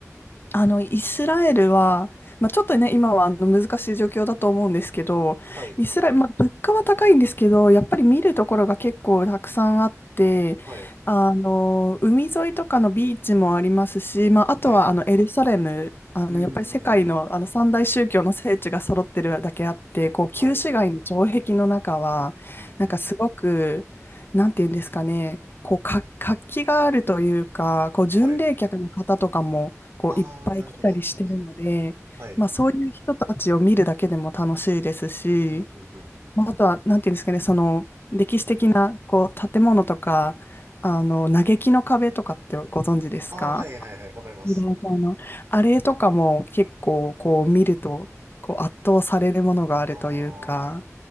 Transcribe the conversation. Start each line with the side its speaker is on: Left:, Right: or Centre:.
Left: あの、イスラエルは、まあ、ちょっとね、今はあの難しい状況だと思うんですけど、
Right: はい、
Left: イスラエル、まあ、物価は高いんですけど、やっぱり見るところが結構たくさんあって、
Right: はい、
Left: あの、海沿いとかのビーチもありますし、まあ、あとはあのエルサレム、
Right: はい。
Left: あの、
Right: うー
Left: やっぱり世界の、
Right: ん。
Left: あの三大宗教の聖地が揃ってるだけあって、こう旧市街の城壁の中は、
Right: はい。うん、うん、
Left: なんかすごく、
Right: うん。
Left: なんていうんですかね、こう、か、活気があるというか、こう、巡礼客の方とかも、
Right: はい。
Left: こう、
Right: あー、
Left: いっぱい来たりしてるので、
Right: なるほど。はい。
Left: まあ、そういう人たちを見るだけでも楽しいですし、
Right: うん、うん、うん。
Left: まあ、あとは、なんていうんですかね、その、歴史的な、こう、建物とか、あの、嘆きの壁とかってご存知ですか
Right: ああ、はいはいはい、わかります。
Left: ユダヤ教のあれとかも結構、こう、見ると、こう、圧倒されるものがあるというか、
Right: ああ、